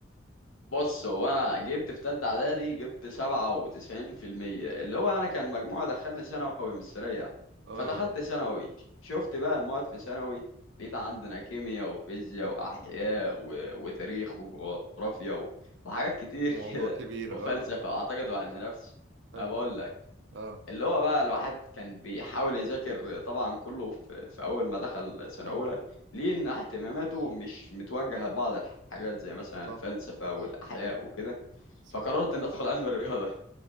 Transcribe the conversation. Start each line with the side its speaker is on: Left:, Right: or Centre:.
Left: بص هو انا جبت في تالتة اعدادي جبت سبعة وتسعين في المية اللي هو انا كان مجموع دخلني ثانوي مش سريع
Right: اه
Left: فدخلت
Right: اه.
Left: ثانوي شفت بقى المواد في ثانوي لقيت عندنا كيمياء وفيزياء واحياء و... وتاريخ وجغرافيا و... وحاجات كتير
Right: موضوع
Left: <laughs> كده
Right: كبير
Left: وفلسفة
Right: اه
Left: اعتقد وعلم نفس
Right: حلو
Left: ما بقول لك
Right: اه
Left: اللي هو بقى الواحد كان بيحاول يذاكر طبعا كله في, في أول ما دخل سنة
Right: طبعا
Left: أولى ليه إن اهتماماته مش متوجهة لبعض الحاجات زي مثلا الفلسفة
Right: صح
Left: والأحياء وكده
Right: صح
Left: فقررت إن أدخل علم الرياضة